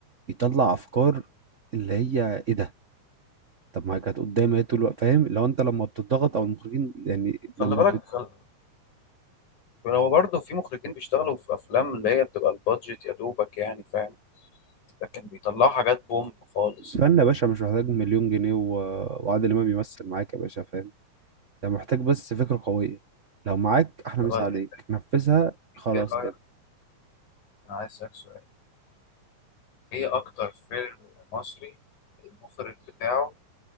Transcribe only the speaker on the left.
خلي بالك
خل- هو برضه في مخرجين بيشتغلوا في أفلام اللي هي بتبقى البادجت يا دوبك يعني فاهم لكن بيطلعوا حاجات بوم خالص
طب
انت
ايه رايك
انا عايز اسالك سؤال ايه اكتر فيلم مصري المخرج بتاعه